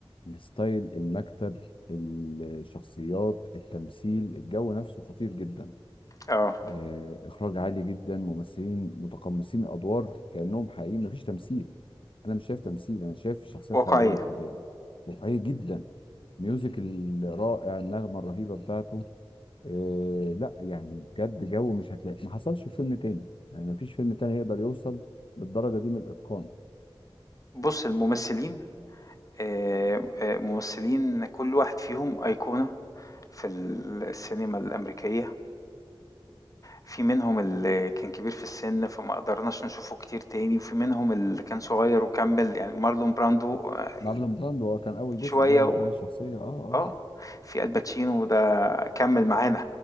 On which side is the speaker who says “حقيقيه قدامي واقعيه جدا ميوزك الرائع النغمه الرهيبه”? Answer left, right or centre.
Left